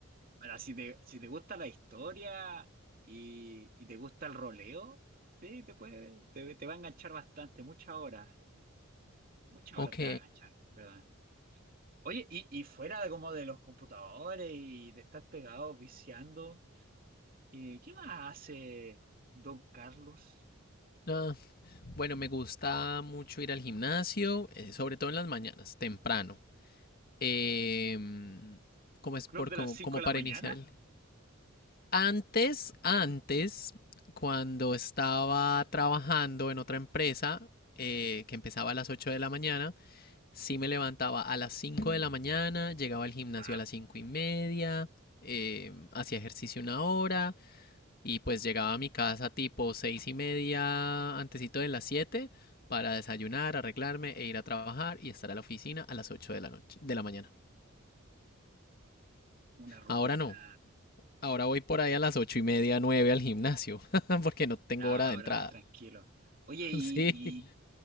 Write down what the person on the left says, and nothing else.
Ok.
Ah, bueno, me gusta mucho ir al gimnasio, eh, sobre todo en las mañanas, temprano. eh, ¿cómo es
por,
como,
como
para
iniciar? Antes, antes, cuando estaba trabajando en otra empresa, eh, que empezaba a las 8 de la mañana, sí me levantaba a las 5 de la mañana, llegaba al gimnasio
a las cinco y media, eh, hacía ejercicio una hora y pues llegaba a mi casa tipo 6 y media, antesito de las 7 para desayunar,
arreglarme e ir a trabajar y estar a la oficina a las 8 de la noche, de la mañana.
Ahora no, Ahora voy por ahí a las ocho y media, nueve al gimnasio, <laughs> porque no tengo
hora
de entrada.
<laughs> Sí.